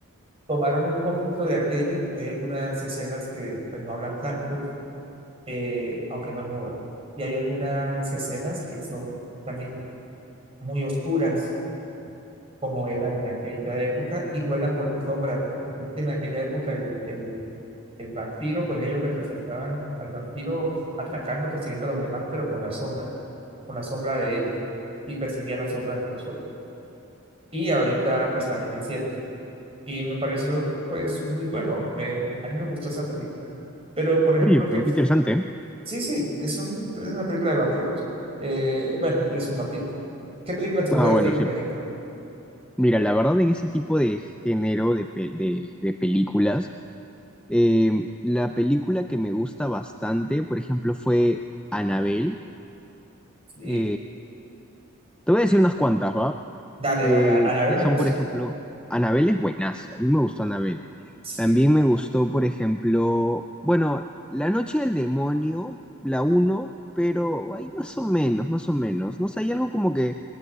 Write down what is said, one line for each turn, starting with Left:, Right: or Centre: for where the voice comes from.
Right: tomaron un poquito de aquello. Hay algunas escenas que pues, no hablan tanto, eh, aunque no es muda. Y hay algunas escenas que son también muy oscuras. como eran en aquella época y juegan con las sombras, ¿no? porque es que en aquella época el, el, el vampiro, pues ellos representaban al vampiro atacando, persiguiendo a los demás, pero con la sombra, con la sombra de él y perseguía las sombras de los otros. Y ahorita pues también lo hicieron. Y me pareció pues muy bueno, me- a mí me gustó esa película. Pero por ejemplo
Centre: Oye,
Right: que,
Centre: pero qué interesante. ¿eh?
Right: sí, sí, es, un- es una película de vampiros. Eh, bueno, él es un vampiro. ¿Qué película te gusta
Centre: Ah,
Right: de
Centre: bueno,
Right: ti, por
Centre: sí.
Right: ejemplo?
Centre: Mira, la verdad en ese tipo de género de, pel- de de películas. Eh, la película que me gusta bastante, por ejemplo, fue Anabel.
Right: Sí.
Centre: te voy a decir unas cuantas, ¿va?
Right: Dale,
Centre: Eh,
Right: dale, a Anabel
Centre: que
Right: me
Centre: son,
Right: gusta.
Centre: por ejemplo, Anabel es buenazo. A mí me gustó Anabel.
Right: Sí.
Centre: También
Right: es-
Centre: me gustó, por ejemplo, bueno, La Noche del Demonio, la uno, pero ahí más o menos, más o menos. No sé, hay algo como que